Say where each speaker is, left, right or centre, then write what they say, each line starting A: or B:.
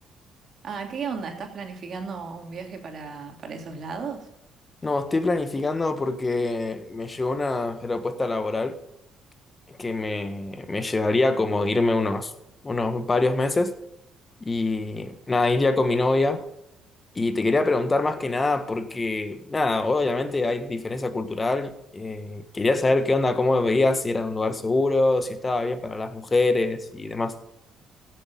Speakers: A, on the right; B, on the left.
A: Ah, ¿qué onda? ¿Estás planificando un viaje para, para esos lados?
B: No, estoy planificando porque me llegó una propuesta laboral que me, me llevaría como irme unos, unos varios meses y nada, iría con mi novia Y te quería preguntar más que nada porque, nada, obviamente hay diferencia cultural. eh, quería saber qué onda, cómo veías, si era un lugar seguro, si estaba bien para las mujeres y demás.